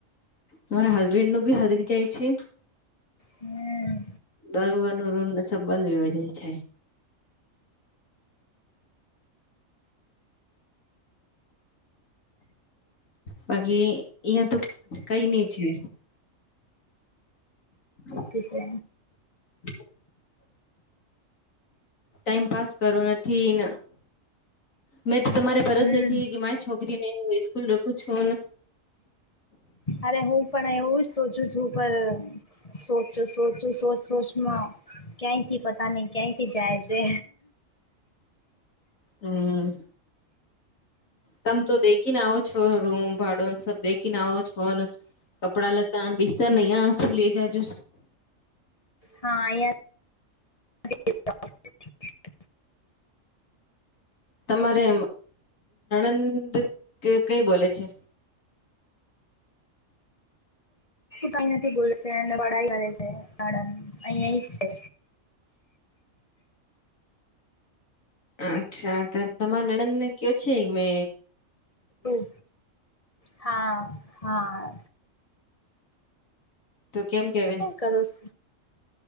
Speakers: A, on the left; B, on the left.
A: મારા હસબેન્ડ નું બી હરી જાય છે.
B: હમ્મ.
A: દરવાર નુ રૂલને સબ બંધ હો જાય છે બાકી અહિયાં તો કઈ ની છે. <inaudible>
B: તે છે.
A: <inaudible> ટાઈમ પાસ કરો નથીન મે તમારે ભરોસેથી
B: હમ
A: કે મારી છોકરીને હમ્મ સ્કૂલ રખું છુંને
B: અરે હું પણ એવું જ સોચું છું, પણ સોચું સોચું સોચ સોચમાં ક્યાંથી પતા નહી ક્યાંથી જાય છે.
A: હમ્મ. તમે તો દેખી ના આવ છો રૂમ ભાડુંન સબ દેખી ન આવ છો ન. કપડા લતા અને બિસ્તર નહીયા શું લે જજો.
B: હા અહ્યાથી <inaudible>
A: તમારે નણંદ ક કઈ બોલે છે.
B: કઈ નથી ભૂલ ને પડાઇ કરે છે નણંદ અહીયા જ છે.
A: અચ્છા ત તમારે નણંદને કયો છે મે
B: શું? હા-હા.
A: તો કેમ કેવે.
B: કરો છ